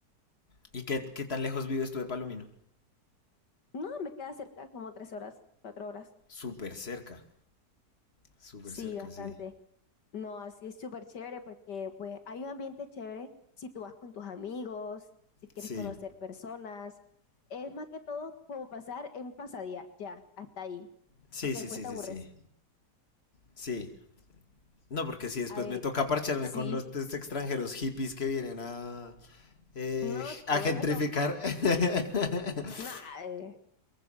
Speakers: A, on the left; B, on the left.
A: ¿Y qué, qué tan lejos vives tú de Palomino?
B: No, me queda cerca como tres horas, cuatro horas.
A: Súper cerca, súper
B: Sí,
A: cerca,
B: bastante.
A: sí.
B: No, así es súper chévere porque pues hay un ambiente chévere si tú vas con tus amigos, si quieres
A: Sí,
B: conocer personas. Es más que todo como pasar en un pasadía, ya, hasta ahí.
A: sí,
B: Porque
A: sí,
B: después
A: sí,
B: te
A: sí,
B: aburres.
A: sí. Sí. No, porque si después
B: A ver,
A: me toca parcharme
B: sí,
A: con los estos extranjeros hippies que vienen a, eh,
B: <laughs> no,
A: a
B: te vuelves
A: gentrificar.
B: loco.
A: <laughs>
B: Nah, eh,